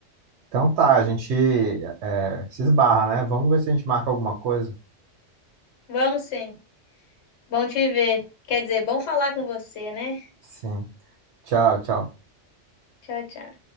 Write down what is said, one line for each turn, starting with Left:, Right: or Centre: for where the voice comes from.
Right: Então tá, a gente é, se esbarra, né? Vamos ver se a gente marca alguma coisa.
Left: Vamos sim. Bom te ver. Quer dizer, bom falar com você, né?
Right: Sim. Tchau, tchau.
Left: Tchau, tchau.